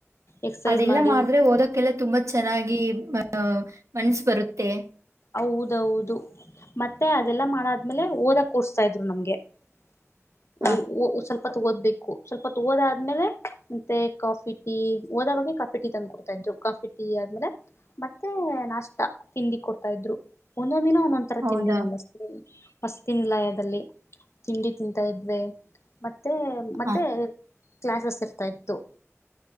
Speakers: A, on the left (about 65°); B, on the right (about 80°).
A: ಎಕ್ಸಸೈಸ್
B: ಅದೆಲ್ಲ
A: ಮಾಡಿ
B: ಮಾಡಿದ್ರೆ ಓದಕ್ಕೆಲ್ಲ ತುಂಬಾ ಚೆನ್ನಾಗಿ ಅ ಮನ್ಸ ಬರುತ್ತೆ <unintelligible>
A: ಹೌದೌದು ಮತ್ತೆ ಅದೆಲ್ಲ ಮಾಡಾದ್ಮೇಲೆ ಓದಕ್ ಕುರುಸ್ತ ಇದ್ರು ನಮ್ಗೆ <inaudible>
B: ಹಾ
A: ಸ್ವಪತ್ ಓದ್ಬೇಕು ಸ್ವಲ್ಪತ್ ಓದಾದ ಆದ್ಮೇಲೆ ಮತ್ತೆ ಕಾಫಿ ಟೀಓದ ಬಗ್ಗೆ ಕಾಫಿ ಟೀ ತಂಧ್ ಕೊಡ್ತಾ ಇದ್ರು ಕಾಫಿ ಟೀ ಆದ್ಮೇಲೆ ಮತ್ತೆ ನಾಷ್ಟ ತಿಂಡಿ ಕೊಡ್ತ ಇದ್ರು ಒಂದೊಂದ ದಿನ ಒಂದೊಂದ ತರ
B: ಹೌದಾ
A: ತಿಂಡಿ ನಮಸ್ ವಸ್ತಿಿನಲಯದಲ್ಲಿ ತಿಂಡಿ ತಿಂತಾ ಇದ್ವೆ ಮತ್ತೆ ಮತ್ತೆ
B: ಹಾ
A: ಮತ್ತೆ ಕ್ಲಾಸಸ್ ಇರ್ತಾ ಇತ್ತು